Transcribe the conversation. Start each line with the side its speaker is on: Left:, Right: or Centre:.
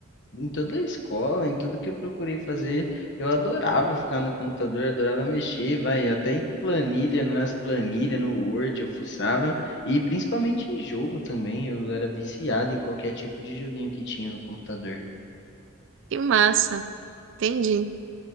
Left: em toda a escola, em tudo que eu procurei fazer, eu adorava ficar no computador, adorava mexer, vai, até em planilha, nas planilhas, no Word eu fuçava, e principalmente em jogo também, eu era viciado em qualquer tipo de joguinho que tinha no computador.
Right: Que massa, entendi.